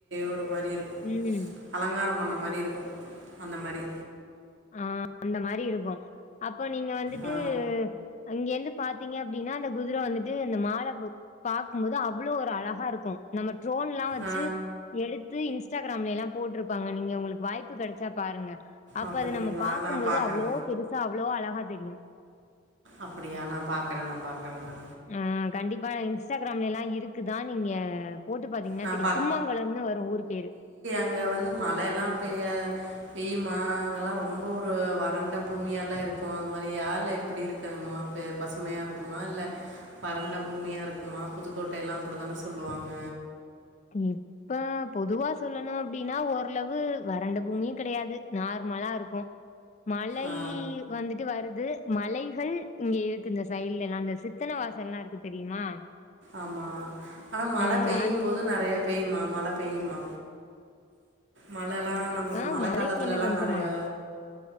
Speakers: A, on the right; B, on the left.
A: ஒரு மாரி இருக்கு
B: ம்
A: அலங்காரம் பண்ண மாரிருக்கும் அந்த மாரி
B: ஆ அந்த மாரிருக்கு இப்போ நீங்க வந்துட்டு
A: ஆ
B: அங்கிருந்து பாத்தீங்க அப்டின்னா அந்த குதிர வந்துட்டு இந்த மால பாக்கும்போது அவ்ளோ ஒரு அழகாருக்கு நம்ம ட்ரோன்லா வச்சு
A: ஆ
B: எடுத்து இன்ஸ்டாகிராம்ல எல்லா போட்ருப்பாங்க நீங்க உங்களுக்கு வாய்ப்பு கெடச்சா பாருங்க அப்ப
A: அப்டிங்களா
B: அத நம்ம பாக்கும்போது
A: நா பாக்குறே
B: அவ்ளோ பெருசா அவ்ளோ அழகா தெரியு
A: அப்டியா நா பாக்கறே நா பாக்கறே நா
B: அ கண்டிப்பா இன்ஸ்டாகிராம்லேலா இருக்குதா நீங்க போட்டு பாத்தீங்கன்னா
A: நான்
B: தெரியு கும்மங்கழல்னு வரு ஊரு பேரு
A: இங்க வந்து மழை எல்லா பெய்யா பெய்யுமா அங்கெல்லா ரொம்ப ஒரு வறண்ட பூமியல்லா இருக்கு அது மாரியா இல்ல எப்பிடி இரு க்கங்கல்லா பே பசுமையா இருக்குமா இல்ல வறண்ட பூமியா இருக்குமா புதுக்கோட்டை எல்லா அப்டி தானே சொல்லுவாங்க
B: ம் இப்ப பொதுவா சொல்லணு அப்டினா ஓரளவு வறண்ட பூமியு கெடையாது நார்மலா இருக்கு மழை
A: ஆ
B: வந்துட்டு வருது மலைகள் இங்க இருக்கு இந்த சைடுல எல்லா இந்த சித்தன்ன வாசல் எல்லா இருக்கு தெரியுமா
A: ஆமா ஆனா மழ
B: ஆ
A: பெய்யும்
B: அது
A: போது நெறையா பெய்யுமா மழ பெய்யுமா மழல்லா ஆமாங்க
B: ஆ
A: மழ
B: மலைக்கு
A: காலத்துல
B: என்ன
A: எல்லா
B: பஞ்சமா
A: நெறையா